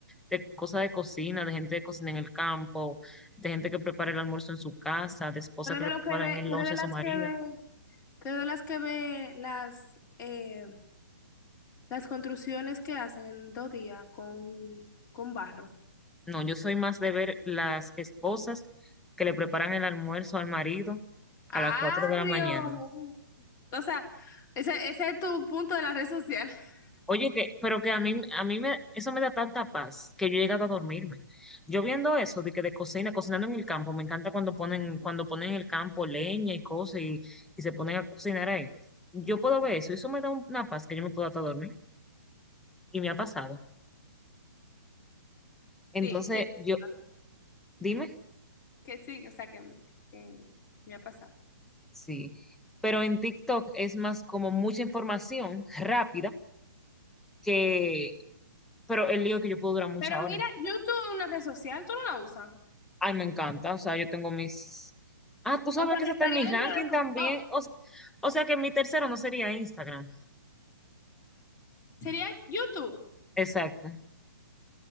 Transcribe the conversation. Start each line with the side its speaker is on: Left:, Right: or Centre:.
Centre: de cosas de cocina, de gente que cocina en el campo, de gente que prepara el almuerzo en su casa, de esposas
Left: Tú eres
Centre: que
Left: de
Centre: le
Left: lo
Centre: preparan
Left: que ve,
Centre: el
Left: tú
Centre: lunch
Left: eres de
Centre: a
Left: las
Centre: su marido.
Left: que ve, tú eres de las que ve las eh, las construcciones que hacen en dos días con, con barro.
Centre: No, yo soy más de ver las esposas que le preparan el almuerzo al marido a
Left: Ay,
Centre: las 4 de la
Left: Dios
Centre: mañana.
Left: mío. O sea, ese, ese es tu punto de la red social. <laughs>
Centre: Oye, que, pero que a mí, a mí me, eso me da tanta paz que yo he llegado a dormirme. Yo viendo eso de que de cocina, cocinando en el campo, me encanta cuando ponen, cuando ponen en el campo leña y cosas y, y se ponen a cocinar ahí. Yo puedo ver eso, y eso me da una paz que yo me puedo hasta dormir. Y me ha pasado. Entonces,
Left: Sí, sí, sí,
Centre: yo,
Left: totalmente.
Centre: dime,
Left: Que sí, o sea que, que me ha pasado.
Centre: sí. Pero en TikTok es más como mucha información rápida que, pero el lío es que yo puedo durar muchas
Left: Pero
Centre: horas.
Left: mira, YouTube es una red social, tú no la usas.
Centre: Ay, me encanta. O sea, yo tengo mis. Ah, tú sabes
Left: O sea
Centre: que
Left: que
Centre: ese
Left: estaría
Centre: está en mi ranking
Left: dentro de tu
Centre: también.
Left: top.
Centre: O, s- o sea que mi tercero no sería Instagram.
Left: Sería YouTube.
Centre: Exacto.